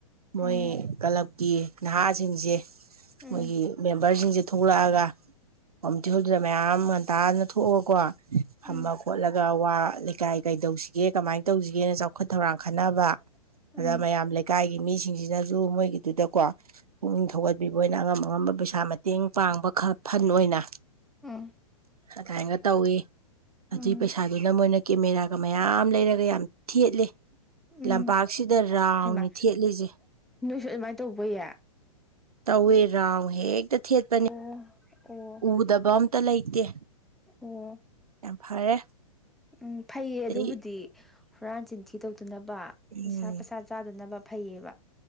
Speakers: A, on the right; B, in the centre.
A: ꯃꯣꯏ
B: ꯎꯝ
A: ꯀ꯭ꯂꯕꯀꯤ ꯅꯍꯥꯁꯤꯡꯁꯦ
B: ꯎꯝ
A: ꯃꯣꯏꯒꯤ ꯃꯦꯝꯕꯔꯁꯤꯡꯁꯦ ꯊꯣꯛꯂꯛꯑꯒ ꯀꯃꯨꯅꯤꯇꯤ ꯍꯣꯜꯗꯨꯗ ꯃꯌꯥꯝ ꯟꯇꯥꯗꯅ ꯊꯣꯛꯑꯀꯣ ꯐꯝꯃ
B: ꯎꯝ
A: ꯈꯣꯠꯂꯒ ꯋꯥ ꯂꯩꯀꯥꯏ ꯀꯩꯗꯧꯁꯤꯒꯦ ꯀꯃꯥꯏꯅ ꯇꯧꯁꯤꯒꯦꯅ ꯆꯥꯎꯈꯠ ꯊꯧꯔꯥꯡ ꯈꯟꯅꯕ
B: ꯎꯝ
A: ꯑꯗ ꯃꯌꯥꯝ ꯂꯩꯀꯥꯏꯒꯤ ꯃꯤꯁꯤꯡꯁꯤꯅꯁꯨ ꯃꯣꯏꯒꯤꯗꯨꯗꯀꯣ ꯄꯨꯛꯅꯤꯡ ꯊꯧꯒꯠꯄꯤꯕ ꯑꯣꯏꯅ ꯑꯉꯝꯕ ꯑꯉꯝꯕ ꯄꯩꯁꯥ ꯃꯇꯦꯡ ꯄꯥꯡꯕ ꯈꯔ ꯐꯟ ꯑꯣꯏꯅ
B: ꯎꯝ ꯎꯝ
A: ꯑꯗꯨꯃꯥꯏꯒ ꯇꯧꯋ ꯑꯗꯨꯏ
B: ꯎꯝ
A: ꯄꯩꯁꯥꯗꯨꯅ ꯃꯣꯏꯅ ꯀꯦꯃꯦꯔꯥꯒ ꯃꯌꯥꯝ ꯂꯩꯔꯒ ꯌꯥꯝ ꯊꯦꯠꯂꯦ
B: ꯎꯝ
A: ꯂꯝꯄꯥꯛꯁꯤꯗ ꯔꯥꯎꯅꯤ
B: ꯍꯥꯏꯃ
A: ꯊꯦꯠꯂꯤꯁꯦ
B: ꯅꯣꯏꯁꯨ ꯑꯗꯨꯃꯥꯏꯅ ꯇꯧꯕꯌꯦ
A: ꯇꯧꯋꯦ ꯔꯥꯎ ꯍꯦꯛꯇ ꯊꯦꯠꯄꯅꯦ
B: ꯑꯣ ꯑꯣ
A: ꯎꯗꯕꯝꯇꯂ ꯑꯇꯦ
B: ꯑꯣ
A: ꯐꯔꯦ
B: ꯎꯝ ꯐꯩꯌꯦ
A: ꯑꯗꯩ
B: ꯑꯗꯨꯕꯨꯗꯤ ꯍꯨꯔꯥꯟ ꯆꯤꯟꯊꯤ ꯇꯧ ꯇꯅꯕ
A: ꯎꯝ
B: ꯅꯤꯁꯥ ꯄꯁꯥ ꯆꯥꯗꯅꯕ ꯐꯩꯌꯦꯕ